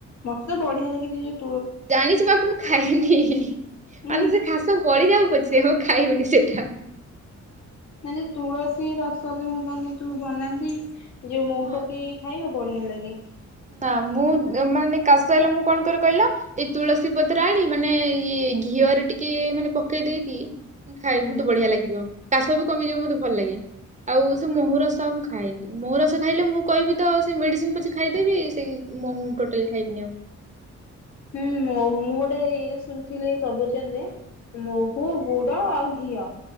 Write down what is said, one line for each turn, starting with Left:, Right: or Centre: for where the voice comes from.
Left: ମତେ ବଢିଆ ଲାଗେ ପିଇବା କୁ।
Right: ଜାଣିଛି ବାକି ମୁଁ ଖାଇନି ହିଁ ହିଁ
Left: ଉଁ
Right: ମାନେ ସେ କାଶ। ସରିଯାଉ ପଛେ ମୁଁ ଖାଇବିନି ସେଟା।
Left: ନା ଯେ ତୁଳସୀ ରସରେ ହେଲା କିନ୍ତୁ ତୁ ବନାନ୍ତି। ଯୋଉ
Right: ହଁ
Left: ମହୁ ପକେଇକି ଖାଇବା ବଢିଆ ଲାଗେ।
Right: ନା ମୁଁ ମାନେ କାଶ ହେଲେ ମୁଁ କଣ କରେ କହିଲ? ଏଇ ତୁଳସୀ ପତ୍ର ଆଣି ମାନେ ଇଏ ଘିଅରେ ଟିକେ ମାନେ ପକେଇ ଦେଇକି। ଖାଇବି
Left: ହୁଁ।
Right: ମତେ ବଢିଆ ଲାଗିବ କାଶ ବି କମିଯିବ ମତେ ଭଲ ଲାଗେ ଆଉ ସେ ମହୁ ରସ। ଖାଇନି ମହୁ ରସ ଖାଇଲେ ମୁଁ କହିବି ତ ସେ ମେଡ଼ିସିନ ପଛେ ଖାଇଦେବି ସେଇ ମହୁ ଟୋଟାଲି ଖାଇବିନି ଆଉ।
Left: ହୁଁ ମହୁ ମୁଁ ଗୋଟେ ଏଇ ଶୁଣିଥିଲି ପ୍ରବଚନରେ। ମହୁ ଗୁଡ ଆଉ ଘିଅ।